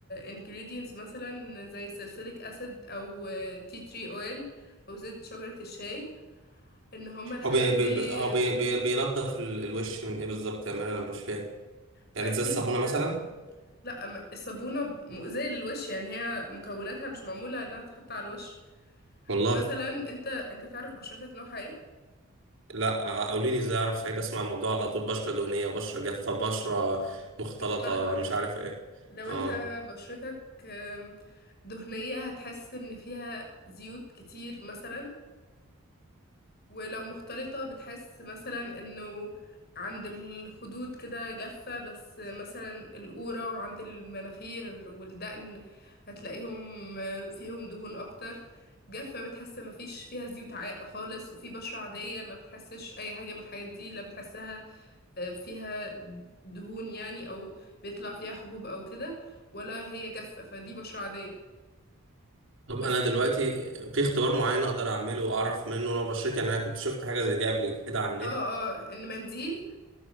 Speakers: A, on the left; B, on the right.
A: ingredients مثلا زي سلسليك اسيد او تي تري اويل او زيت شجرة الشاي ان هما الحاجات
B: هو بي...
A: دي
B: بي... بي... هو بي... بي... بينضف ال- الوش من ايه بالظبط يا مان انا مش فاهم يعني
A: ما اكيد
B: زي الصابونه مثلا
A: لا أما الصابونة مؤذية للوش يعني هي مكوناتها مش معمولة انها تتحط على الوش
B: والله
A: مثلا انت انت تعرف بشرتك نوعها ايه
B: لا قولي لي ازاي اعرف سعيد اسمع الموضوع على طول بشره دهنيه بشره جافه بشره مختلطه
A: مختلطة
B: مش عارف ايه
A: لو
B: اه
A: انت بشرتك آم، دهنية هتحس ان فيها زيوت كتير مثلا ولو مختلطة بتحس مثلا انه عند الخدود كده جافة بس مثلا القورة وعند المناخير والدقن هتلاقيهم آه، فيهم دهون اكتر جافة بتحس مفيش فيها زيوت عاق خالص وفي بشرة عادية ما بتحسش اي حاجة من الحاجات دي لا بتحسها آه، فيها دهون يعني او بيطلع فيها حبوب او كده ولا هي جافة فدي بشرة عادية
B: طب
A: بس
B: انا دلوقتي في اختبار معين اقدر اعمله واعرف منه نوع بشرتي يعني انا كنت شفت حاجه زي دي قبل كده على
A: اه اه ان منديل